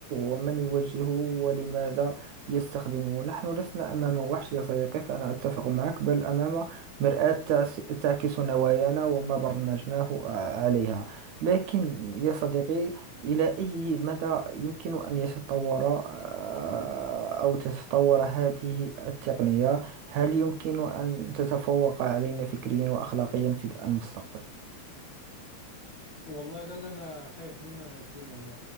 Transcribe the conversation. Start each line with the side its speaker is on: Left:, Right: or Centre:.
Right: ومن يوجهه ولماذا يستخدمه نحن لسنا أمام وحش يا صديقي فأنا أتفق معك بل أمام مرآة تعس- تعكس نوايانا وما برمجناه ع- عليها لكن يا صديقي إلى أي مدى يمكن أن يتطور آه، أو تتطور هذه التقنية؟ هل يمكن أن تتفوق علينا فكريا وأخلاقيا في المستقبل؟
Left: والله ده اللي انا خايف منه يا ياسين ان